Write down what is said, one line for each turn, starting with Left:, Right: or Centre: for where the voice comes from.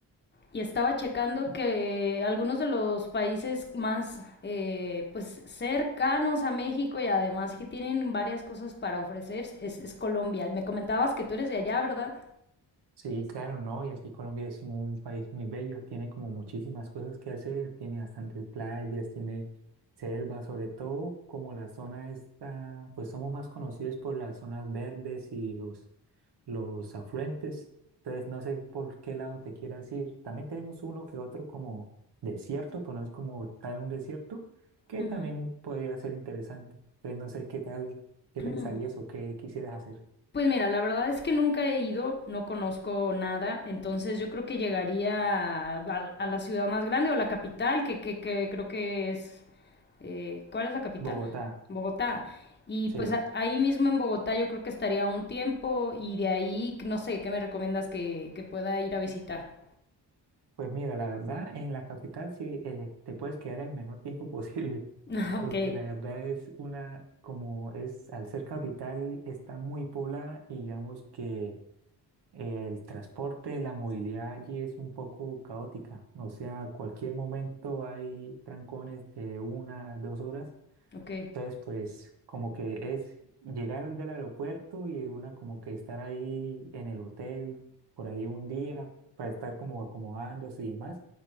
Left: y estaba checando
Right: Sí,
Left: que algunos de los países más eh, pues cercanos a México y además que tienen varias cosas para ofrecer es, es Colombia. Me comentabas que tú eres de allá, ¿verdad?
Right: Sí, claro, ¿no? Y aquí Colombia es un país muy bello, tiene como muchísimas cosas que hacer, tiene bastantes playas, tiene selva, sobre todo como la zona esta, pues somos más conocidos por las zonas verdes y los, los afluentes. Entonces, no sé por qué lado te quieras ir. También tenemos uno que otro como desierto, pero no es como tal un desierto, que
Left: Ujú.
Right: también podría ser interesante. Entonces, no sé qué tal, qué
Left: <clears throat>
Right: pensarías o qué quisieras hacer.
Left: Pues mira, la verdad es que nunca he ido, no conozco nada, entonces yo creo que llegaría a, a la ciudad más grande o a la capital, que, que, que creo que es... eh, ¿cuál es la capital?
Right: Bogotá,
Left: Bogotá. Y
Right: sí.
Left: pues a- ahí mismo en Bogotá yo creo que estaría un tiempo y de ahí, no sé, ¿qué me recomiendas que, que pueda ir a visitar?
Right: Pues mira, la verdad, en la capital sí eh, te puedes quedar el menor tiempo <laughs> posible,
Left: <laughs>
Right: porque
Left: Ok,
Right: la verdad es una, como es, al ser capital, está muy poblada y digamos que el transporte, la movilidad allí es un poco caótica. O sea, cualquier momento hay trancones de una, dos horas
Left: ok.
Right: Entonces, pues como que es llegar del aeropuerto y una como que estar ahí en el hotel por ahí un día para estar como acomodándose y demás.